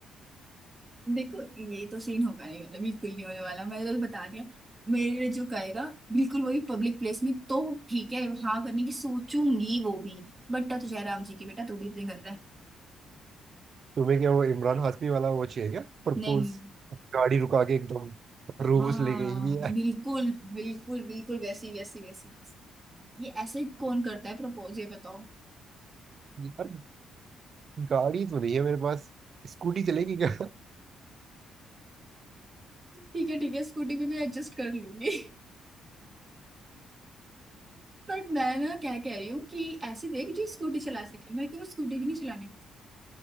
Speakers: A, on the right; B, on the right.
A: देखो ये तो सीन होगा नहीं मतलब बिल्कुल नहीं होने वाला मैंने तो बता दिया मेरे लिए जो गाएगा बिल्कुल वो भी पब्लिक प्लेस में तो ठीक है हाँ करने की सोचूंगी वो भी बट तुझे राम जी की बेटा तू भी इतने कर रहा है
B: तुम्हें क्या वो इमरान हाशमी वाला वो चाहिए क्या प्रपोज
A: नहीं
B: गाड़ी रुका के एकदम रोज
A: हाँ
B: ले गई
A: बिल्कुल
B: है
A: बिल्कुल बिल्कुल वैसी वैसी वैसी वैसी। ये ऐसे ही कौन करता है प्रपोज ये बताओ
B: यार गाड़ी तो नहीं है मेरे पास स्कूटी चलेगी क्या
A: ठीक है ठीक है स्कूटी में भी एडजस्ट कर लूंगी पर मैं ना क्या कह रही हूँ कि ऐसे देख जो स्कूटी चला सके मेरे को स्कूटी भी नहीं चलाने